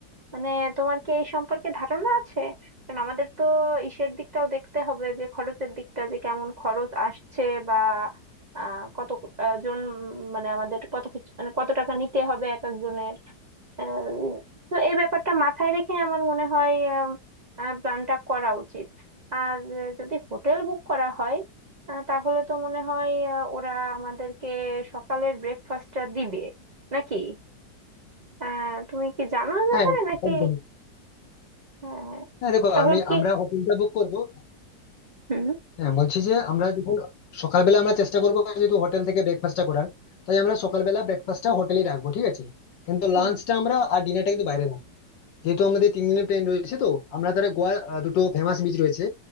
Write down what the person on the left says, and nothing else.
হ্যাঁ
একদম
হ্যাঁ দেখো
আমি
আমরা হোটেলটা বুক করবো
হ্যাঁ বলছি যে আমরা যখন সকালবেলা আমরা চেষ্টা করবো যেহেতু হোটেল থেকে ব্রেকফাস্টটা করার তাই আমরা সকালবেলা ব্রেকফাস্টটা হোটেলেই রাখবো ঠিক আছে কিন্তু
লাঞ্চটা আমরা আর ডিনারটা কিন্তু বাইরে রাখবো না। যেহেতু আমাদের তিন দিনের প্ল্যান রয়েছে তো আমরা তাহলে গোয়া আহ, দুটো ফেমাস বিচ রয়েছে